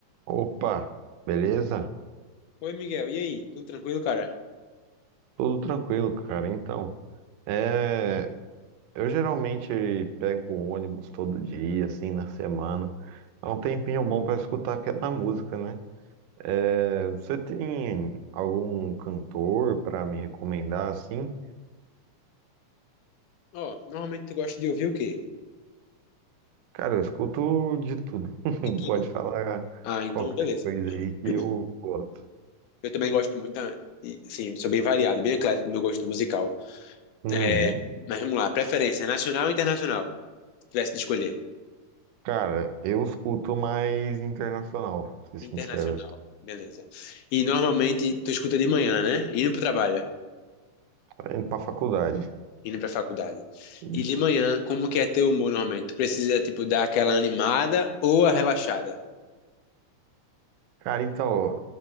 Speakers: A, on the right (about 85°); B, on the left (about 75°).
A: Opa, beleza?
B: Oi, Miguel. E aí? Tudo tranquilo, cara?
A: Tudo tranquilo, cara. Então, é, eu geralmente pego o ônibus todo dia, assim, na semana. É um tempinho bom pra escutar aquela música, né? É, Você tem algum cantor pra me recomendar, assim?
B: Ó, normalmente tu gosta de ouvir o quê?
A: Cara, eu escuto de tudo. <laughs>
B: De tudo?
A: Pode falar
B: Ah, então
A: qualquer
B: beleza.
A: coisa aí que
B: <clears throat>
A: eu gosto.
B: Eu também gosto muito, da- e, assim, sou bem variado, bem eclético no meu gosto musical.
A: Uhum.
B: É, mas vamos lá, preferência nacional ou internacional? Se tivesse de escolher.
A: Cara, eu escuto mais internacional, pra ser
B: Internacional,
A: sincero,
B: beleza. E normalmente tu escuta de manhã, né? Indo pro trabalho,
A: Tô indo pra faculdade.
B: indo pra faculdade.
A: Isso.
B: E de manhã, como que é teu humor normalmente? Tu precisa, tipo, dar aquela animada ou a relaxada?
A: Cara, então,